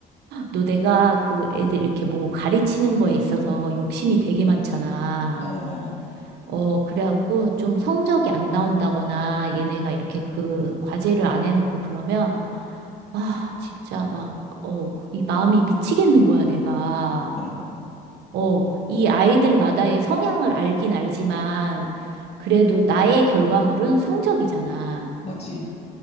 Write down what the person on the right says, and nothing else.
너 내가 그 애들 이렇게 뭐 가르치는 거에 있어서 욕심이 되게 많잖아.
어, 그래갖고 좀 성적이 안 나온다거나 얘네가 이렇게 그 과제를 안 해놓고 그러면, 아, 진짜 막, 어, 이 마음이 미치겠는 거야, 내가.
어, 이 아이들마다의 성향을 알긴 알지만, 그래도 나의 결과물은 성적이잖아.